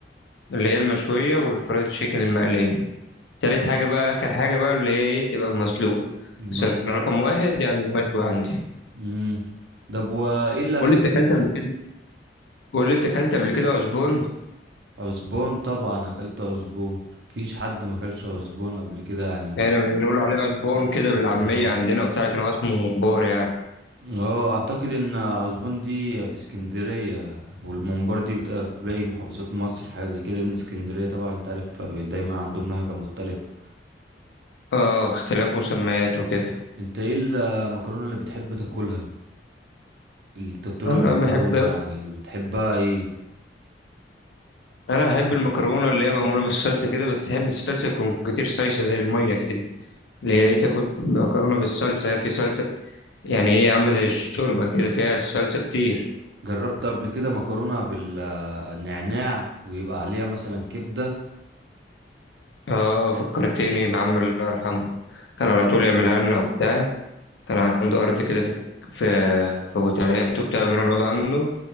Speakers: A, on the left (about 75°); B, on the right (about 65°).
A: اللي هي المشويه والفرايد تشيكن المقليه تالت حاجه بقى اخر حاجه بقى اللي هي ايه تبقى مسلوقه
B: المسلوق
A: بس رقم واحد يعني المشوي عندي
B: امم ده وايه الاكلات
A: قول لي انت
B: اللي
A: اكلت
B: انت
A: قبل كده قول لي انت اكلت قبل كده عزبون
B: عزبون طبعا اكلت عزبون مفيش حد ما اكلش عزبون قبل كده يعني
A: احنا بنقول عليه عزبون كده
B: ده
A: بالعاميه عندنا وبتاع لكن هو اسمه ممبار يعني
B: اه اعتقد ان عزبون دي في اسكندرية والممبار دي بتبقى في باقي محافظات مصر حاجة زي كده لان اسكندرية طبعا انت عارف دايما عندهم لهجة مختلفة
A: اه اختلاف مسميات وكده
B: انت ايه المكرونة اللي بتحب تاكلها الت- طرق
A: انا
B: المكرونة
A: بحب
B: يعني بتحبها ايه
A: انا احب المكرونه اللي هي معموله بالصلصه كده بس احب الصلصه تكون كتير سايشه زي الميه كده اللي هي إيه، تاخد مكرونه بالصلصه هي في صلصه يعني هي عامله زي الشوربه كده فيها الصلصه كتير
B: جربت قبل كده مكرونة بالنعناع ويبقى عليها مثلا كبدة
A: اه فكرتني بعم الله يرحمه كان على طول يعملها لنا وبتاع كان عنده ارض كده في في في ابو تلات وبتاع بنروح نقعد عنده